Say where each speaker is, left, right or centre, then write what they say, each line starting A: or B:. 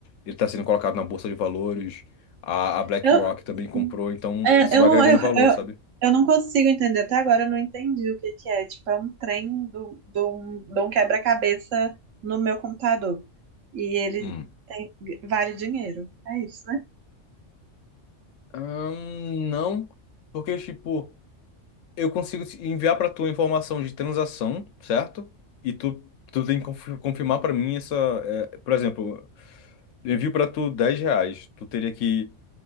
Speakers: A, on the left; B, on the right.
A: ele tá sendo colocado na bolsa de valores, a, a BlackRock
B: Eu,
A: também comprou, então
B: é,
A: isso vai
B: eu,
A: agregando
B: eu,
A: valor,
B: eu,
A: sabe?
B: eu não consigo entender, até agora eu não entendi o que que é. Tipo, é um trem do, do, um- de um quebra-cabeça no meu computador. E ele
A: Hum.
B: vale dinheiro. É isso, né?
A: Ahn, não, porque, tipo. eu consigo te enviar para tu a informação de transação, certo? E tu, tu tem que confi- confirmar para mim essa. é, por exemplo, eu envio para tu 10 reais. Tu teria que